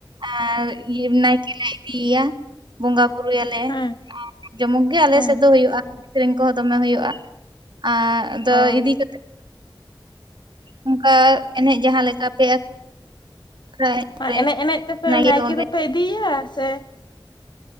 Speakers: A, on the right (about 60°); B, on the left (about 60°).
A: ᱟᱨ ᱤᱭᱟ. ᱱᱟᱭᱠᱮᱞ ᱞᱮ ᱤᱫᱤ ᱮᱭᱟ ᱵᱚᱸᱜᱟ ᱵᱩᱨᱩ ᱭᱟᱞᱮ
B: ᱦᱮᱸ
A: ᱡᱚᱢᱚᱠ ᱜᱮ ᱟᱞᱮ
B: ᱦᱮᱸ
A: ᱥᱮᱫ ᱫᱚ ᱦᱩᱭᱩᱜᱼᱟ ᱥᱮᱸᱨᱮ‌ᱧ ᱠᱚᱦᱚᱸ ᱫᱚᱢᱮ ᱦᱩᱭᱩᱜᱼᱟ ᱟᱨ ᱟᱫᱚ
B: ᱚ
A: ᱤᱫᱤ ᱠᱟᱛᱮᱫ ᱚᱱᱠᱟ ᱮᱱᱮᱡ ᱡᱟᱦᱟᱸ ᱞᱮᱠᱟ ᱯᱮ ᱟᱠᱷᱲᱟ
B: ᱢᱟ
A: ᱠᱚᱨᱮ
B: ᱮᱱᱮᱡ ᱮᱱᱮᱡ ᱛᱮᱯᱮ ᱱᱟᱭᱠᱮ
A: ᱫᱚ ᱚᱸᱰᱮ
B: ᱫᱚᱯᱮ ᱤᱫᱤᱭ ᱭᱟ ᱥᱮ